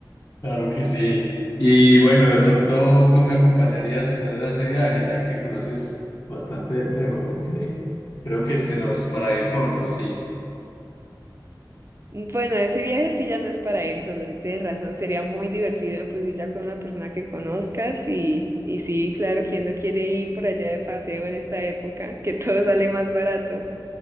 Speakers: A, on the left (about 55°); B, on the right (about 35°).
A: claro que sí. Y bueno, de pronto tú me acompañarías entonces a ese viaje, ya que conoces bastante del tema, porque creo que este no es para ir solo, sí.
B: Bueno, ese viaje sí ya no es para ir solo, si tienes razón, sería muy divertido pues ir ya con una persona que conozcas y, y sí, claro, ¿quién no quiere ir por allá de paseo en esta época? Que todo sale más barato.